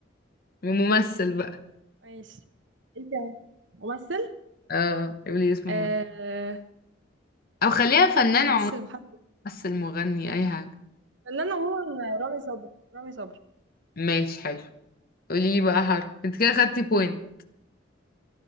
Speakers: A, on the left; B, on the right.
A: وممثل بقى
B: ماشي انت ممثل
A: اه قولي اسمه
B: آه...
A: ممثل. أو خليها فنان
B: ممثل
A: عموما
B: بحرف
A: ممثل مغني أي حاجة
B: فنان عموما رامي صبري رامي صبري
A: ماشي حلو قولي لي بقى حرف انت كده خدتي بوينت